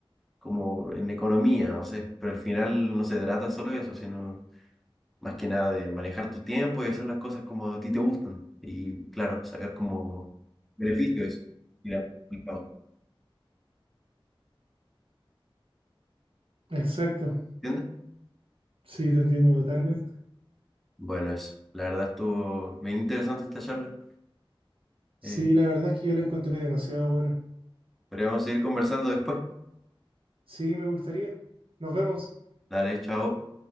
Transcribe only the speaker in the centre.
como en economía, no sé, pero al final no se trata solo de eso, sino más que nada de manejar tu tiempo y hacer las cosas como a ti te gustan y claro, sacar como beneficio de eso. Mira, el pago,
¿entiendes?
Bueno, eso, la verdad estuvo bien interesante esta charla.
Eh,
podríamos seguir conversando después.
Dale, chao.